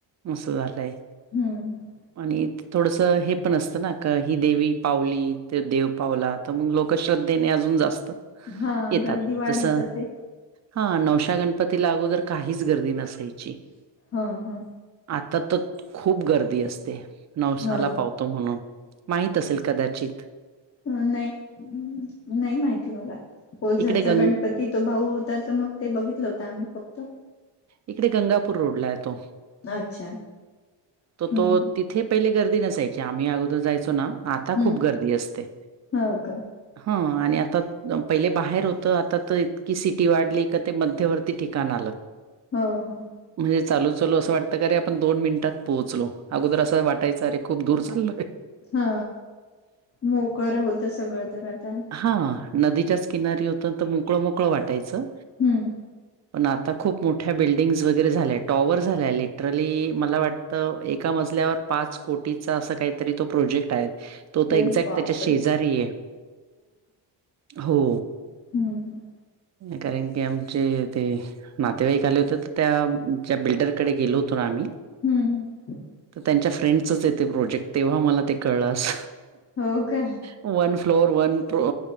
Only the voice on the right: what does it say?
मसू जात आहे.
आणि थोडंसं हे पण असतं ना का ही देवी पावली ते देव पावला मग लोक श्रद्धेने अजून जास्त.
येतात
जस
हा नवशा गणपतीला अगोदर काहीच गर्दी नस याची
आता त खूप गर्दी असते. नवसाला
पावतो म्हणून माहित असेल कदाचित
इकडे गंग
इकडे गंगापूर रोडला आहे तो
त तो
तिथे. पहिले गर्दी नसायची आम्ही अगोदर जायचो ना आता
खूप गर्दी असते.
हा आणि आता पहिले बाहेर होतं आता त इतकी सिटी वाढली का ते मध्यवर्ती ठिकाण आलं.
म्हणजे चालू चालू असं वाटतं का अरे आपण दोन मिनिटात पोहोचलो अगोदर असं वाटायचं अे खूप दूर चालोरे.
हां, नदीच्याच किनारी होत तर मोकळ मोकळ वाटायचं.
पण आता खूप. मोठ्या बिल्डिंग्ज वगैरे झाल्या टॉवर झाल्या लिटरली मला वाटत एका मजल्यावर पाच. कोटीचा अस काहीतरी तो प्रोजेक्ट आहे. तो
तर एक्झॅक्ट
त्याच्या शेजारी आहे हो.
कारण की आमचे ते नातेवाईक आले होते तर त्या ज्या बिल्डरकडे गेलो होतो ना आम्ही..
तर त्यांच्या फ्रेंडच येते प्रोजेक्ट तेव्हा मला ते कळस.
वन फ्लोर वन प्रो